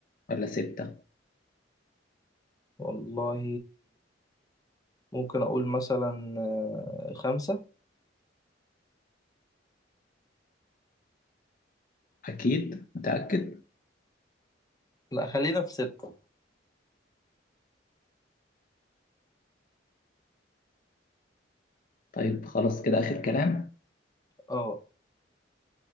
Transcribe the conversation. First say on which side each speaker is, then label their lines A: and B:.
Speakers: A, on the left; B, on the left.
A: ولا ستة
B: والله ممكن أقول مثلا آه، خمسة
A: أكيد متأكد
B: لا خلينا في ستة
A: طيب خلاص كده آخر كلام
B: اه